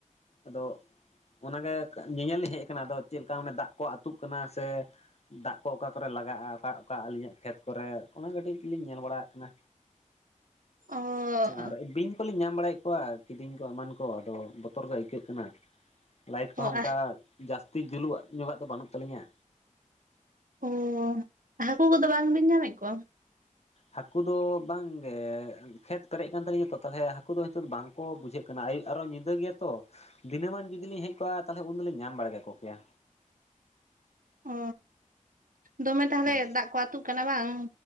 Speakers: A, on the left; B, on the right.
A: ᱟᱫᱚ ᱚᱱᱟᱜᱮ ᱧᱮᱧᱮᱞᱤᱧ ᱦᱮᱡ ᱟᱠᱟᱱᱟ ᱟᱫᱚ ᱪᱮᱫ ᱞᱮᱠᱟ ᱚᱱᱮ ᱫᱟᱜ ᱠᱚ ᱟᱹᱛᱩᱜ ᱠᱟᱱᱟ ᱥᱮ ᱫᱟᱜ ᱠᱚ ᱚᱠᱟ ᱠᱚᱨᱮ ᱞᱟᱜᱟᱜ-ᱟ ᱚᱠᱟ ᱚᱠᱟ ᱟᱹᱞᱤᱧᱟᱜ ᱠᱷᱮᱛ ᱠᱚᱨᱮ ᱚᱱᱟ ᱠᱟᱹᱴᱤᱡ ᱞᱤᱧ ᱧᱮᱞ ᱵᱟᱲᱟ ᱠᱟᱱᱟ
B: ᱚ
A: ᱟᱨ ᱵᱤᱧ ᱠᱚᱞᱤᱧ ᱧᱟᱢ ᱵᱟᱲᱟᱭᱮᱫ ᱠᱚᱣᱟ ᱠᱤᱫᱤᱧ ᱠᱚ ᱮᱢᱟᱱ ᱠᱚ ᱟᱫᱚ ᱵᱚᱛᱚᱨ ᱜᱮ ᱟᱹᱭᱠᱟᱹᱜ ᱠᱟᱱᱟ ᱞᱟᱭᱤᱴ ᱠᱚᱦᱚᱸ
B: ᱚ
A: ᱚᱱᱠᱟ
B: ᱟᱦ
A: ᱡᱟᱹᱥᱛᱤ ᱡᱩᱞᱩᱜ ᱧᱚᱜᱟᱜ ᱫᱚ ᱵᱟᱹᱱᱩᱜ ᱛᱟᱹᱟᱞᱤᱧᱟ
B: ᱚ ᱦᱟᱹᱠᱩ ᱠᱚᱫᱚ ᱵᱟᱝᱵᱤᱱ ᱧᱟᱢᱮᱫ ᱠᱚᱣᱟ
A: ᱦᱟᱹᱠᱩ ᱫᱚ ᱵᱟᱝᱜᱮ ᱠᱷᱮᱛ ᱯᱮᱨᱮᱡ ᱠᱟᱱ ᱛᱟᱹᱟᱞᱤᱧᱟ ᱛᱚ ᱛᱟᱞᱦᱮ ᱦᱟᱹᱠᱩ ᱫᱚ ᱱᱤᱛᱳᱜ ᱫᱚ ᱵᱟᱝ ᱠᱚ ᱵᱩᱡᱷᱟᱹᱜ ᱠᱟᱱᱟ ᱟᱭᱩᱵ ᱟᱨᱚ ᱧᱤᱫᱟᱹ ᱜᱮᱭᱟ ᱛᱚ ᱫᱤᱱᱟᱹᱢᱟᱱ ᱡᱩᱫᱤᱧ ᱦᱮᱡ ᱠᱚᱜ-ᱟ ᱛᱟᱦᱚᱞᱮ ᱩᱱ ᱫᱚᱞᱤᱧ ᱧᱟᱢ ᱵᱟᱲᱟ ᱠᱟᱠᱚ ᱠᱮᱭᱟ
B: ᱚ ᱫᱚᱢᱮ ᱛᱟᱦᱚᱞᱮ
A: ᱦᱳᱭ
B: ᱫᱟᱜ ᱠᱚ ᱟᱹᱛᱩᱜ ᱠᱟᱱᱟ ᱵᱟᱝ